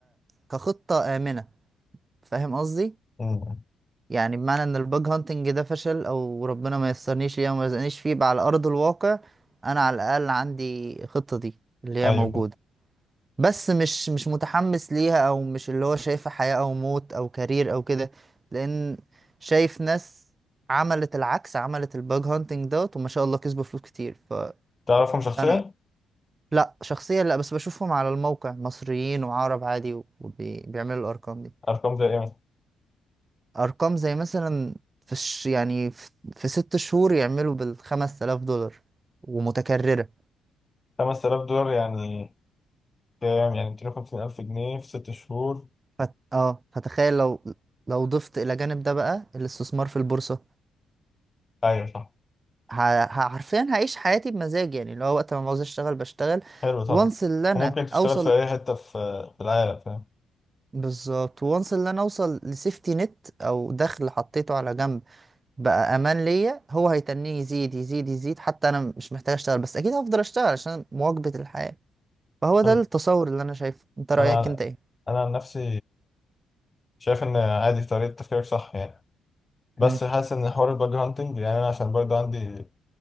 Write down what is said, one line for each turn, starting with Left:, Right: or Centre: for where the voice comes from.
Right: كخطه امنه فاهم قصدي
Left: مم.
Right: يعني بمعنى ان الباج هانتنج ده فشل او ربنا ما يسرنيش ليه وما يرزقنيش فيه بقى على ارض الواقع انا على الاقل عندي الخطه دي اللي هي
Left: ايوه
Right: موجوده
Left: فاهم
Right: بس مش مش متحمس ليها او مش اللي هو شايفها حياه او موت او كارير او كده لان شايف ناس عملت العكس عملت الباج هانتنج دوت وما شاء الله كسبوا فلوس كتير ف
Left: تعرفهم شخصيا؟
Right: انا لا شخصيا لا بس بشوفهم على الموقع مصريين وعرب عادي وبيعملوا الارقام دي
Left: ارقام زي ايه مثلا؟
Right: ارقام زي مثلا في الش... يعني في... في ست شهور يعملوا بالخمس آلاف دولار ومتكررة
Left: 5000 دولار يعني كام يعني 250000 جنيه في ست شهور
Right: فت... اه فتخيل لو لو ضفت الى جانب ده بقى الاستثمار في البورصة
Left: ايوه صح
Right: ه... ه- حرفيا هعيش حياتي بمزاج يعني اللي هو وقت ما عاوز اشتغل بشتغل
Left: حلو طبعا
Right: وانس اللي انا
Left: وممكن تشتغل
Right: اوصل
Left: في اي حتة في في العالم فاهم
Right: بالظبط وانس اللي انا اوصل لسيفتي نت او دخل حطيته على جنب بقى امان ليا هو هيتنيه يزيد يزيد يزيد حتى انا مش محتاج اشتغل بس اكيد هفضل اشتغل عشان مواكبة الحياة فهو ده
Left: انا
Right: التصور اللي انا شايفه انت رأيك
Left: انا
Right: انت ايه
Left: أنا عن نفسي شايف ان عادي طريقة تفكيرك صح يعني بس
Right: امم
Left: حاسس ان حوار الباج هانتنج يعني انا عشان برضه عندي